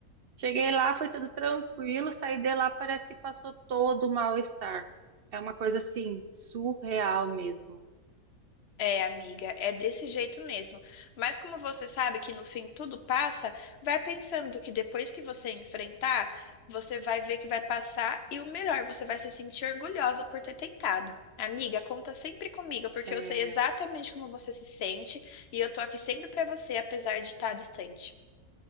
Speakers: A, on the right (about 50°); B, on the left (about 50°).
A: Cheguei lá, foi tudo tranquilo, saí de lá, parece que passou todo o mal-estar. É uma coisa assim, surreal mesmo.
B: É, amiga, é desse jeito mesmo. Mas como você sabe que no fim tudo passa, vai pensando que depois que você enfrentar, você vai ver que vai passar e o melhor, você vai se sentir orgulhosa por ter tentado. Amiga, conta sempre comigo, porque
A: É,
B: eu sei exatamente como você se sente e eu tô aqui sempre pra você, apesar de estar distante.